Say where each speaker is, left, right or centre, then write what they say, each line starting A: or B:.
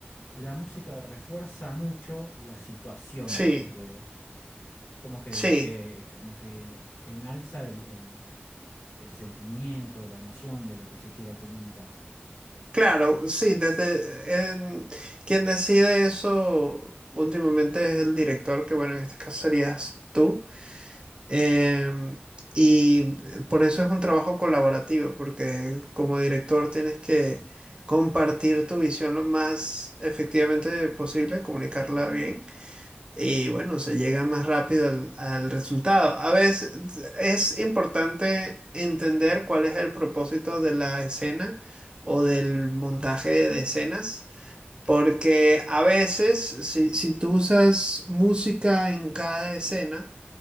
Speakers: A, on the left (about 80°); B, on the right (about 25°).
A: la música refuerza mucho la situación
B: sí,
A: del video como que,
B: sí,
A: que- como que enalza el, el- el sentimiento, la emoción de lo que se quiera comunicar.
B: claro, sí, desde en- quien decide eso últimamente es el director, que bueno, en este caso serías tú. Em, y por eso es un trabajo colaborativo, porque como director tienes que compartir tu visión lo más efectivamente posible, comunicarla bien y bueno, se llega más rápido al, al resultado. A veces es importante entender cuál es el propósito de la escena o del montaje de escenas. Porque a veces, si, si tú usas música en cada escena,